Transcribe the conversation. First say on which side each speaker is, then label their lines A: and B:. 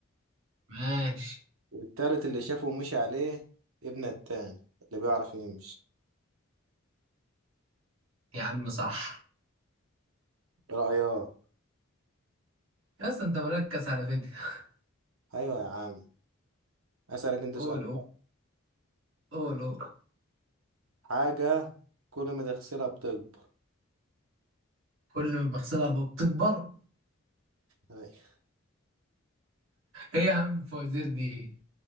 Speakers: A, on the right; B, on the right.
A: ماشي
B: والتالت اللي شافه مشي عليه ابنه التاني اللي بيعرف يمشي
A: يا عم صح
B: رأياه
A: يا اسطى انت مركز على فكرة
B: أيوة يا عم أسألك أنت
A: قول
B: سؤال
A: قول
B: بقى
A: قول قول
B: حاجة كل ما تغسلها بتكبر
A: كل ما بغسلها بتكبر
B: أيوة
A: ايه يا عم الفوازير دي ايه